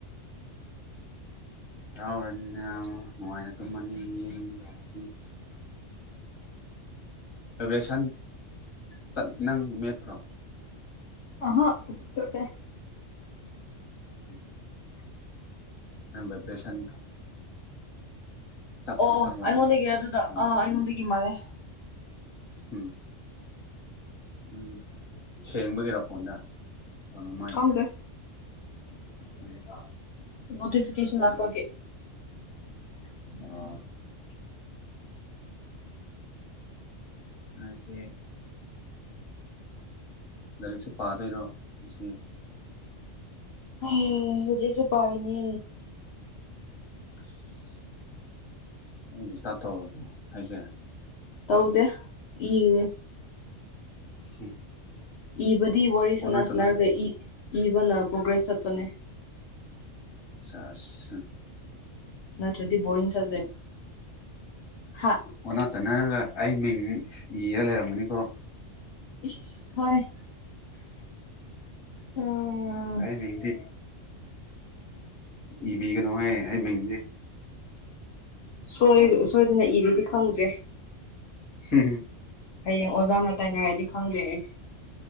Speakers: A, on the left; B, on the left.
A: ꯍꯔꯥꯎꯔꯅꯤꯅ ꯅꯨꯡꯉꯥꯏꯅ ꯇꯨꯝꯃꯅꯤ ꯌꯨꯝ ꯌꯧꯔꯗꯤ ꯑꯕꯦꯁꯟ ꯆꯠ ꯅꯪ ꯃꯦꯠꯇ꯭ꯔꯣ,
B: ꯑꯍꯥ ꯆꯠꯇꯦ
A: <unintelligible> <unintelligible> ꯇꯛ
B: ꯑꯣ
A: ꯇꯛ ꯇꯛ ꯂꯥꯎꯅ
B: ꯑꯩꯉꯣꯟꯗꯒꯤ ꯑꯗꯨꯗ
A: ꯎꯝ
B: ꯑꯥ ꯑꯩꯉꯣꯟꯗꯒꯤ ꯃꯥꯜꯂꯦ
A: ꯎꯝ ꯎꯝ ꯊꯦꯡꯕꯒꯤꯔꯣ ꯐꯣꯟꯗ ꯐꯣꯟ ꯃꯃꯥꯏꯗ
B: ꯈꯪꯗꯦ
A: <unintelligible>
B: ꯅꯣꯇꯤꯐꯤꯀꯦꯁꯟ ꯂꯥꯛꯄꯒꯤ
A: ꯎꯝ
B: <unintelligible>
A: ꯑꯣ <unintelligible> ꯂꯥꯏꯔꯤꯛꯁꯨ ꯄꯥꯗꯣꯏꯔꯣ ꯉꯁꯤ
B: ꯑꯍꯦ ꯍꯨꯖꯤꯛꯁꯨ ꯄꯥꯔꯤꯅꯦ
A: ꯑꯁ ꯑꯩ ꯗꯤꯁꯇꯥꯔꯕ ꯇꯧꯔꯕꯣ ꯍꯥꯏꯁꯦ
B: ꯇꯧꯗꯦ ꯏꯔꯤꯅꯦ
A: <unintelligible>
B: ꯏꯕꯗꯤ ꯋꯥꯔꯤ
A: ꯑꯣꯟꯅ
B: ꯁꯟꯅ
A: ꯇꯩꯅ
B: ꯁꯟꯅꯥꯔꯒ ꯏ ꯏꯕꯅ ꯄ꯭ꯔꯣꯒ꯭ꯔꯦꯁ ꯆꯠꯄꯅꯦ
A: ꯁꯥꯁ ꯍ
B: ꯅꯠꯇ꯭ꯔꯗꯤ ꯕꯣꯔꯤꯡ ꯆꯜꯂꯦ ꯍꯥ
A: ꯑꯣꯟꯅ ꯇꯅꯔꯒ ꯑꯩ ꯃꯤꯡ ꯏꯔ ꯂꯩꯔꯝꯒꯅꯤꯀꯣ
B: ꯏꯁ ꯍꯣꯏ ꯎꯝ
A: ꯑꯩ ꯃꯤꯡꯗꯤ ꯏꯕꯤꯒꯅꯨꯍꯦ ꯑꯩ ꯃꯤꯡꯗꯤ
B: ꯁꯣꯏꯔꯒ ꯁꯣꯏꯗꯅ ꯏꯒꯔꯗꯤ ꯈꯪꯗꯦ
A: <unintelligible>
B: ꯍꯌꯦꯡ ꯑꯣꯖꯥꯅ ꯇꯥꯏꯅꯔꯗꯤ ꯈꯪꯗꯦ ꯑꯩ